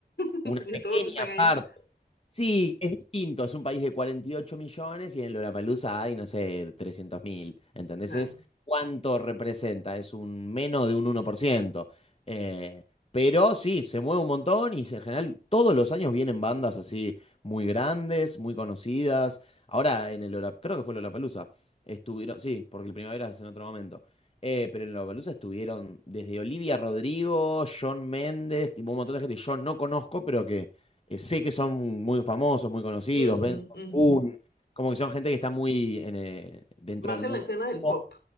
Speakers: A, on the left; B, on the left.
A: <laughs>
B: una
A: Y
B: pequeña
A: todos están ahí.
B: parte Sí, es distinto, es un país de 48 millones y en Lollapalooza hay, no sé, 300 mil, ¿entendés?
A: Claro.
B: Es cuánto representa, es un menos de un 1%. Eh, pero sí, se mueve un montón y se- en general todos los años vienen bandas así muy grandes, muy conocidas. Ahora en el Lola, creo que fue Lollapalooza, estuvieron, sí, porque el Primavera es en otro momento. Eh, pero en Lollapalooza estuvieron desde Olivia Rodrigo, Shawn Mendes, tipo un montón de gente que yo no conozco, pero que eh, sé que son muy famosos, muy conocidos,
A: Ujú,
B: Benson
A: ujú.
B: Boone, como que son gente que está muy en, eh, dentro
A: Más
B: del
A: en
B: mundo
A: la escena del
B: pop.
A: pop.